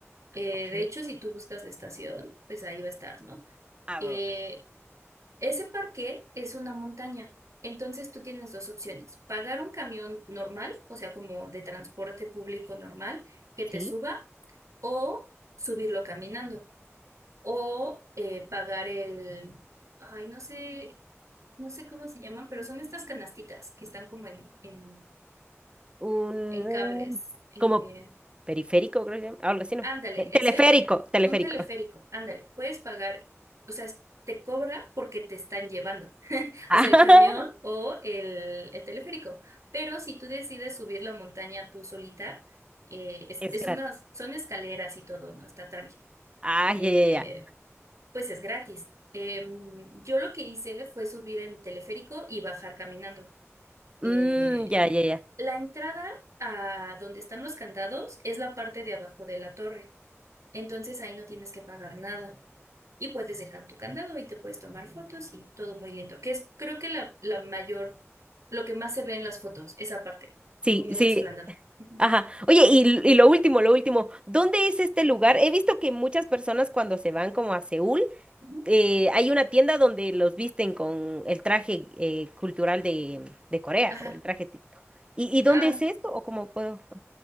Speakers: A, on the right; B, on the right.
A: Eh,
B: Ok.
A: de hecho, si tú buscas la estación, pues ahí va a estar, ¿no?
B: Ah,
A: Eh,
B: va, va, va.
A: ese parque es una montaña. Entonces tú tienes dos opciones, pagar un camión normal, o sea, como de transporte público normal, que te
B: ¿sí?
A: suba, o subirlo caminando, o eh, pagar el, ay, no sé, no sé cómo se llaman, pero son estas canastitas que están como en, en
B: un
A: en cables. Eh,
B: como periférico, creo que se llama. Algo así, ¿no?
A: ándale,
B: Te- Teleférico,
A: ese,
B: teleférico.
A: un teleférico,
B: <laughs>
A: ándale, puedes pagar, o sea, es- te cobra porque te están llevando,
B: Ah,
A: o sea, el camión o el, el teleférico. Pero si tú decides subir la montaña tú solita, eh, es,
B: Es
A: es
B: gratis.
A: una, son escaleras y todo, ¿no? Está tranqui.
B: Ah,
A: Eh,
B: ya, ya, ya.
A: pues es gratis. Em, yo lo que hice fue subir en teleférico y bajar caminando. Eh,
B: Mm, ya, ya, ya.
A: La entrada a donde están los candados es la parte de abajo de la torre. Entonces ahí no tienes que pagar nada y puedes dejar tu candado y te puedes tomar fotos y todo muy lindo, que es creo que la, la mayor, lo que más se ve en las fotos, esa parte,
B: Sí,
A: como una
B: sí.
A: explanada. Ujú.
B: Ajá. Oye, y, y lo último, lo último. ¿Dónde es este lugar? He visto que muchas personas cuando se van como a Seúl,
A: Ujú.
B: eh, hay una tienda donde los visten con el traje eh, cultural de, de Corea
A: Ajá.
B: o el traje típico. ¿Y, y dónde
A: Ah,
B: es esto? ¿O cómo puedo,